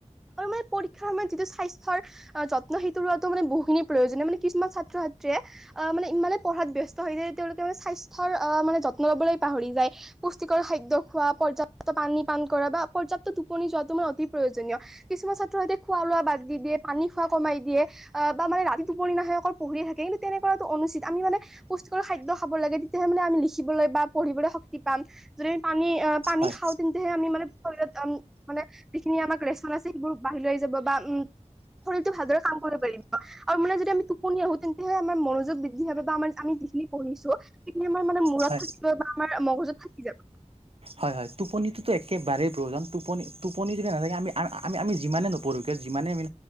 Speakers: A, in the centre; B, on the right (about 50°).
A: আৰু মানে পৰীক্ষাৰ সময়ত যিটো স্বাস্থ্যৰ যত্ন সেইটো লোৱাটো মানে বহুখিনি প্ৰয়োজনীয়। মানে কিছুমান ছাত্ৰ ছাত্ৰীয়ে আহ মানে ইমানে পঢ়াত ব্যস্ত হৈ যায়, তেওঁলোকে মানে স্বাস্থ্যৰ অ মানে যত্ন ল'বলৈ পাহৰি যায়। পুষ্টিকৰ খাদ্য খোৱা, পৰ্যাপ্ত পানী পান কৰা, বা পৰ্যাপ্ত টোপনি যোৱাটো মানে অতি প্ৰয়োজনীয়। কিছুমান ছাত্ৰ ছাত্ৰীয়ে খোৱা লোৱা বাদ দি দিয়ে, পানী খোৱা কমাই দিয়ে আ বা মানে ৰাতি টোপনি নাহে, অকল পঢ়িয়ে থাকে কিন্তু তেনেকুৱাটো অনুচিত। আমি মানে পুষ্টিকৰ খাদ্য খাব লাগে। তেতিয়াহে মানে আমি লিখিবলৈ বা পঢ়িবলৈ শক্তি পাম। যদি আমি পানী অঁ পানী
B: হয়
A: খাওঁ তেন্তেহে আমি মানে শৰীৰত আম মানে যিখিনি আমাক ৰেচন আছে সেইবোৰ বাহিৰলৈ যাব বা উম শৰীৰটো ভালদৰে কাম কৰিব পাৰিব। আৰু মানে যদি আমি টোপনি আহো তেন্তেহে আমাৰ মনোযোগ বৃদ্ধি হয় বা আমাৰ আমি যিখিনি পঢ়িছো সেইখিনি আমাৰ মানে মূৰত
B: হয়
A: থাকিব বা আমাৰ মগজুত থাকি যাব।
B: হয় হয় টোপনিটোতো একেবাৰেই প্ৰয়োজন, টোপনি টোপনি যদি নাথাকে আমি আমি আমি যিমানে ন পঢ়ো কিয় যিমানেই আমি